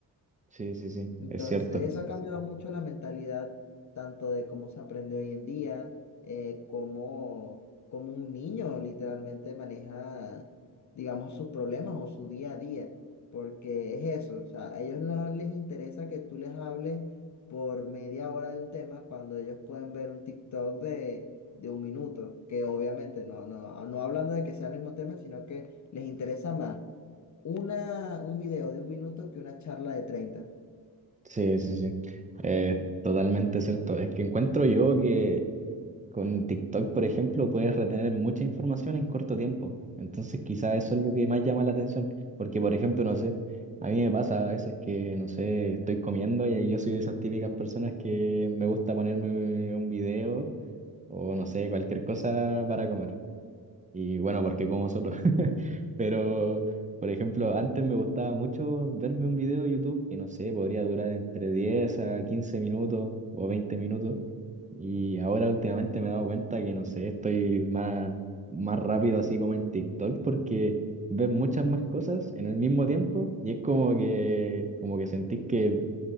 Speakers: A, on the right; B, on the left.
A: Sí, sí, sí,
B: Entonces,
A: es cierto.
B: eso ha cambiado mucho la mentalidad, tanto de cómo se aprende hoy en día, eh, cómo, cómo un niño literalmente maneja, digamos, sus problemas o su día a día, porque es eso, o sea, a ellos no les interesa que tú les hables por media hora de un tema cuando ellos pueden ver un TikTok de, de un minuto, que obviamente no, no, no hablando de que sea el mismo tema, sino que les interesa más una, un video de un minuto que una charla de treinta
A: Sí, sí, sí. Eh, totalmente cierto. Es que encuentro yo que Con TikTok, por ejemplo, puedes retener mucha información en corto tiempo. Entonces, quizá eso es lo que más llama la atención. Porque, por ejemplo, no sé, a mí me pasa a veces que, no sé, estoy comiendo y ahí yo soy de esas típicas personas que me gusta ponerme un video o, no sé, cualquier cosa para comer. Y bueno, porque como solo. <laughs> Pero, por ejemplo, antes me gustaba mucho verme un video de YouTube que no sé, podría durar entre 10 a 15 minutos o 20 minutos. Y ahora últimamente me he dado cuenta que no sé, estoy más, más rápido así como en TikTok porque ves muchas más cosas en el mismo tiempo y es como que, como que sentís que,